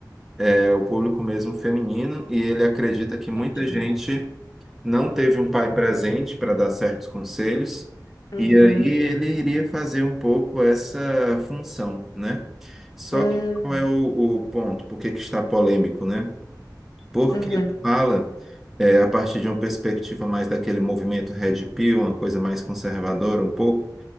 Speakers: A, in the centre; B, on the left (about 60°).
A: é o público mesmo feminino e ele acredita que muita
B: entendi.
A: gente não teve um pai presente para dar certos conselhos.
B: Uhum,
A: E aí ele iria fazer um pouco essa função, né? Só
B: hum,
A: que qual é o, o ponto? Por que que está polêmico, né? Porque
B: uhum,
A: ele fala é, a partir de uma perspectiva mais daquele movimento Red Pill, uma coisa mais conservadora um pouco,